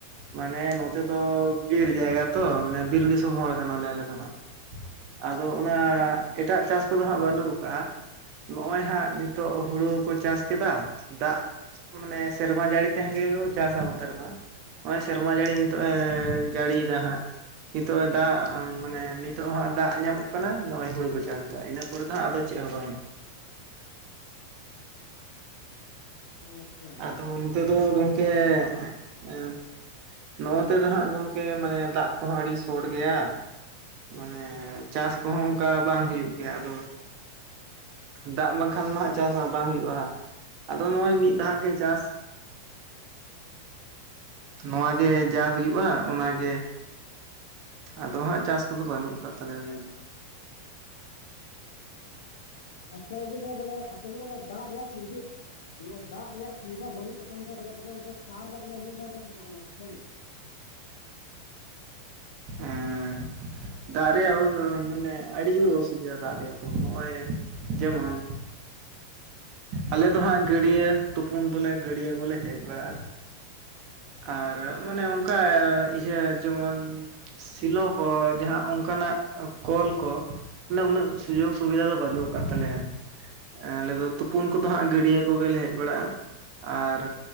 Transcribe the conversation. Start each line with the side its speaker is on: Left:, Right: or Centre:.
Right: ᱢᱟᱱᱮ ᱱᱚᱛᱮ ᱫᱚ ᱵᱤᱨ ᱡᱟᱭᱜᱟ ᱛᱚ, ᱢᱟᱱᱮ ᱵᱤᱨ ᱫᱤᱥᱚᱢ ᱦᱚᱲ ᱠᱟᱱᱟ ᱞᱮ ᱟᱞᱮ ᱫᱚ ᱦᱟᱸᱜ ᱾ ᱟᱫᱚ ᱚᱱᱟ ᱮᱴᱟᱜ ᱪᱟᱥ ᱠᱚᱫᱚ ᱦᱟᱸᱜ ᱵᱟᱹᱱᱩᱜ ᱠᱟᱜᱼᱟ ᱱᱚᱜᱼᱚᱭ ᱦᱟᱸᱜ ᱱᱤᱛᱚᱜ ᱦᱩᱲᱩ ᱠᱚ ᱪᱟᱥ ᱠᱮᱫᱟ ᱫᱟᱜ ᱢᱟᱱᱮ ᱥᱮᱨᱢᱟ ᱡᱟᱹᱲᱤ ᱛᱮᱦᱮᱸ ᱜᱮᱠᱚ ᱪᱟᱥᱟ ᱣᱚᱛᱮ ᱨᱮᱢᱟ᱾ ᱚᱸᱭ ᱥᱮᱨᱢᱟ ᱡᱟᱲᱤ ᱧᱤᱛᱚᱜ ᱮ ᱡᱟᱲᱤᱭᱫᱟ ᱦᱟᱸᱜ᱾ ᱱᱤᱛᱚᱜ ᱮ ᱫᱟᱜ ᱩᱸ ᱢᱟᱱᱮ ᱱᱤᱛᱚᱜ ᱦᱟᱸᱜ ᱫᱟᱜ ᱧᱟᱢᱚᱜ ᱠᱟᱱᱟ ᱱᱚᱜᱼᱚᱭ ᱦᱩᱲᱩ ᱠᱚ ᱪᱟᱥ ᱮᱫᱟ᱾ ᱤᱱᱟᱹ ᱯᱚᱨᱮ ᱫᱟ ᱟᱫᱚ ᱪᱮᱜ ᱦᱚᱸ ᱵᱟᱝ᱾
Left: ᱟᱪᱪᱷᱟ ᱟᱪᱪᱷᱟ
Right: ᱟᱫᱚ
Left: ᱟᱪᱪᱷᱟ
Right: ᱱᱚᱛᱮ
Left: ᱟᱹᱰᱤ
Right: ᱫᱚ
Left: ᱟᱹᱰᱤ
Right: ᱜᱚᱝᱠᱮ
Left: ᱥᱟᱨᱦᱟᱣ
Right: ᱮᱸ ᱱᱚᱜᱼᱚ ᱛᱮ ᱫᱚ ᱦᱟᱸᱜ ᱜᱚᱝᱠᱮ ᱢᱟᱱᱮ ᱫᱟᱜ ᱠᱚᱦᱚᱸ ᱟᱰᱤ ᱥᱚᱴ ᱜᱮᱭᱟ᱾ ᱢᱟᱱᱮ ᱪᱟᱥ ᱠᱚᱦᱚᱸ ᱚᱝᱠᱟ ᱵᱟᱝ ᱦᱩᱭᱩᱜ ᱜᱮᱭᱟ ᱟᱫᱚ ᱫᱟᱜ ᱵᱟᱝᱠᱷᱟᱱ ᱱᱟᱦᱟᱸᱜ ᱪᱟᱥ ᱦᱚᱸ ᱵᱟᱝ ᱦᱩᱭᱩᱜᱼᱟ, ᱟᱫᱚ ᱱᱚᱜᱼᱚᱭ ᱢᱤᱫ ᱫᱷᱟᱣ ᱜᱮ ᱪᱟᱥ ᱱᱚᱣᱟ ᱜᱮ ᱡᱟ ᱦᱩᱭᱩᱜᱼᱟ ᱚᱱᱟᱜᱮ ᱟᱫᱚ ᱦᱟᱸᱜ ᱪᱟᱥ ᱠᱚᱫᱚ ᱵᱟᱹᱱᱩᱜ ᱠᱟᱫ ᱛᱟᱞᱮᱭᱟ ᱟᱞᱮ ᱫᱚ᱾
Left: ᱟᱪᱪᱷᱟ ᱜᱚ ᱫᱚ ᱛᱟᱞᱮ ᱟᱯᱮ ᱥᱮᱫ ᱫᱚ ᱚᱱᱟ ᱫᱟᱜ ᱨᱮᱭᱟᱜ ᱥᱩᱵᱽᱫᱷᱤ ᱢᱟᱱᱮ ᱫᱟᱜ ᱨᱮᱭᱟᱜ ᱥᱩᱵᱤᱫᱷᱟ ᱵᱟᱹᱱᱩᱜ ᱟᱠᱟᱱ ᱛᱮ ᱵᱮᱞᱮ, ᱟᱯᱮ ᱫᱚ ᱚᱱᱛᱮ ᱥᱟᱨ ᱨᱮ ᱵᱮᱞᱮ ᱢᱤᱜ ᱫᱷᱟᱣ ᱜᱮᱯᱮ ᱥᱮᱪᱚᱜ ᱠᱟᱱᱟ ᱥᱮ?
Right: ᱮᱸ᱾ ᱫᱟᱜ ᱨᱮᱭᱟᱜ ᱳᱼᱨ ᱢᱮᱱᱮ ᱟᱹᱰᱤ ᱡᱳᱨ ᱚᱥᱩᱵᱤᱫᱟ ᱫᱟᱜ ᱨᱮᱭᱟᱜ ᱫᱚ ᱱᱚᱜᱼᱚᱭ ᱡᱮᱢᱚᱱ ᱟᱞᱮ ᱫᱚ ᱦᱟᱸᱜ ᱜᱟᱹᱲᱭᱟᱹ, ᱛᱩᱯᱩᱱ ᱫᱚ ᱞᱮ ᱜᱟᱹᱰᱭᱟᱹ ᱠᱚᱞᱮ ᱦᱮᱡ ᱵᱟᱲᱟᱜᱼᱟ᱾ ᱟᱨ ᱢᱟᱱᱮ ᱚᱝᱠᱟ ᱮ ᱤᱭᱟᱹ ᱡᱮᱢᱚᱱ ᱥᱤᱞᱚ ᱠᱚ, ᱡᱟᱦᱟᱸ ᱚᱝᱠᱟᱱᱟᱜ ᱚ ᱠᱚᱞ ᱠᱚ, ᱱᱮ ᱩᱱᱟᱹᱜ ᱥᱩᱡᱳᱜᱽ ᱥᱩᱵᱤᱫᱟ ᱫᱚ ᱵᱟᱱᱩᱜ ᱠᱟᱫ ᱛᱟᱞᱮᱭᱟ᱾ ᱮᱸ ᱟᱞᱮ ᱫᱚ ᱛᱩᱯᱩᱱ ᱠᱚᱫᱚ ᱦᱟᱸᱜ ᱜᱟᱹᱰᱭᱟᱹ ᱠᱚᱜᱮ ᱞᱮ ᱦᱮᱡ ᱵᱟᱲᱟᱜᱼᱟ ᱟᱨ